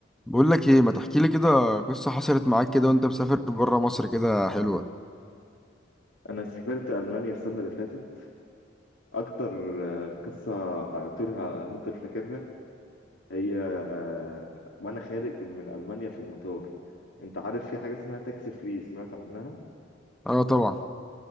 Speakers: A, in the centre; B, on the left (about 75°).
A: بقول لك ايه ما تحكي لي كده قصة حصلت معاك كده وانت مسافر بره مصر كده حلوة
B: انا سافرت المانيا السنه اللي فاتت اكتر آه، قصه على طول ه- هفضل فاكرها هي آه، وانا خارج من المانيا في المطار انت عارف في حاجه اسمها تاكسي فري سمعت عنها
A: اه طبعا